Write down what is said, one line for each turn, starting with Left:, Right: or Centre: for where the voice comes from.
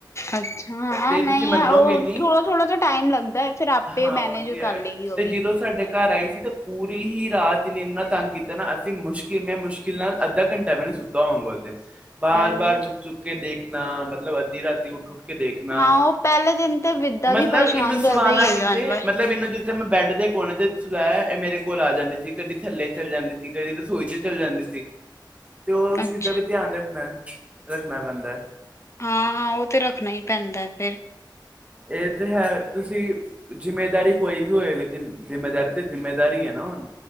Left: ਅੱਛਾ
Right: ਤੇ ਤੁਸੀਂ
Left: ਨਹੀਂ
Right: ਮੰਨੋਗੇ
Left: ਉਹ
Right: ਨਹੀਂ
Left: ਥੋੜਾ-ਥੋੜਾ ਤਾਂ ਟਾਈਮ ਲੱਗਦਾ ਐ ਫਿਰ ਆਪੇ
Right: ਹਾਂ
Left: ਮੈਨੇਜ
Right: ਉਹ ਤੇ
Left: ਕਰ
Right: ਹੈ
Left: ਲਏਗੀ ਉਹ
Right: ਤੇ
Left: ਵੀ।
Right: ਜਦੋਂ ਸਾਡੇ ਘਰ ਆਈ ਸੀ ਤੇ ਪੂਰੀ ਹੀ ਰਾਤ ਇਹਨੇ ਇੰਨਾ ਤੰਗ ਕੀਤਾ ਨਾ ਅਸੀਂ ਮੁਸ਼ਕਿਲ ਮੈਂ ਮੁਸ਼ਕਿਲ ਨਾਲ, ਅੱਧਾ ਘੰਟਾ ਵੀ ਨੀ ਸੁੱਤਾ ਹੋਓਗਾ ਉਸ ਦਿਨ, ਬਾਰ-ਬਾਰ
Left: ਔਰ
Right: ਚੁੱਕ-ਚੁੱਕ ਕੇ ਦੇਖਣਾ ਮਤਲਬ ਅੱਧੀ ਰਾਤੀ ਉੱਠ-ਉੱਠ ਕੇ ਦੇਖਣਾ
Left: ਹਾਂ ਪਹਿਲੇ ਦਿਨ ਤੇ ਵਿਦਾ
Right: ਮਤਲਬ
Left: ਵੀ ਪਰੇਸ਼ਾਨ
Right: ਇਹਨੂੰ ਸਵਾਣਾ
Left: ਕਰਦਾ ਹੀ ਹੈ
Right: ਕਿੱਥੇ
Left: ਜਾਨਵਰ
Right: ਮਤਲਬ ਇਹਨੂੰ ਜ ਤੇ ਮੈਂ ਬੈੱਡ ਦੇ ਕੋਣੇ ਤੇ ਸੁਲਾਇਆ ਇਹ ਮੇਰੇ ਕੋਲ ਆ ਜਾਂਦੀ ਸੀ ਕਦੀ ਥੱਲੇ ਚੱਲ ਜਾਂਦੀ ਸੀ ਕਦੀ ਰਸੋਈ ਚ ਚੱਲ ਜਾਂਦੀ ਸੀ। ਤੇ ਓਸ
Left: ਅੱਛਾ
Right: ਚੀਜ਼ ਦਾ ਵੀ ਧਿਆਨ ਰੱਖਣਾ, ਰੱਖਣਾ ਪੈਂਦਾ।
Left: ਹਾਂ-ਹਾਂ, ਉਹ ਤੇ ਰੱਖਣਾ ਈ ਪੈਂਦਾ ਫੇਰ।
Right: ਇਹ ਤੇ ਹੈ ਤੁਸੀਂ ਜਿੰਮੇਦਾਰੀ ਕੋਈ ਵੀ ਹੋਏ ਲੇਕਿਨ ਜਿੰਮੇਦਾਰੀ ਤੇ ਜਿੰਮੇਦਾਰੀ ਐ ਨਾ ਹੁਣ।